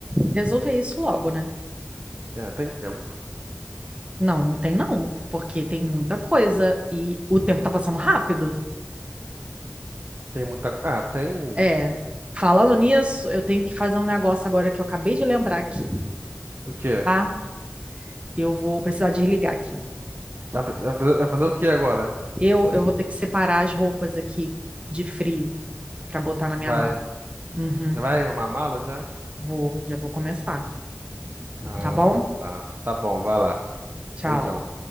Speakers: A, on the right; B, on the right.
A: resolver isso logo, né?
B: É, tem tempo.
A: Não, não tem não, porque tem muita coisa e o tempo tá passando rápido.
B: Tem muita. co- Ah, tem.
A: É. Falando nisso, eu tenho que fazer um negócio agora que eu acabei de lembrar aqui,
B: O quê?
A: tá? Eu vou precisar desligar aqui.
B: Vai vai fazer vai fazer o quê agora?
A: Eu, eu vou ter que separar as roupas aqui de frio pra botar na minha
B: Vai.
A: mala. Uhum.
B: Vai arrumar a mala já?
A: Vou, já vou começar,
B: Ah,
A: tá bom?
B: tá. Tá bom, vai lá.
A: Tchau.
B: Beijão.